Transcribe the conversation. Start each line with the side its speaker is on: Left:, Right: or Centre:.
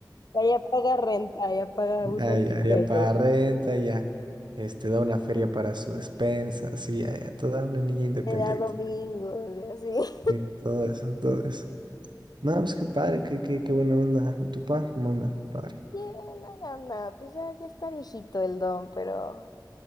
Left: ya paga renta, ya paga
Right: Ya,
Left: uso de
Right: ya, ya paga
Left: pelo.
Right: renta, ya. Este, da una feria para su despensa, sí, ya, ya. Toda una niña independiente.
Left: Le da domingos y así.
Right: Sí, todo eso, todo eso. No, pues qué padre, qué, qué, qué buena onda. ¿Y tu pa? ¿Cómo anda? Padre.
Left: <laughs> Bien, ahí anda, pues ya, ya está viejito el don, pero